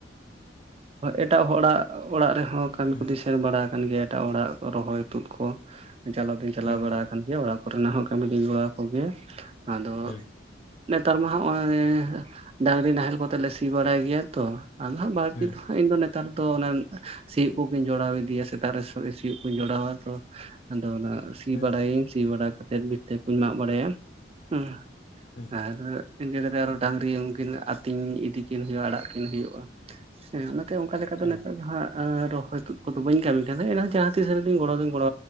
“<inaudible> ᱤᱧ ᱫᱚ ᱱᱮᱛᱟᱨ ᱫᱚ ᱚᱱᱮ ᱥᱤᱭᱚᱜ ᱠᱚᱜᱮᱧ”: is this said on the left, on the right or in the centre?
Right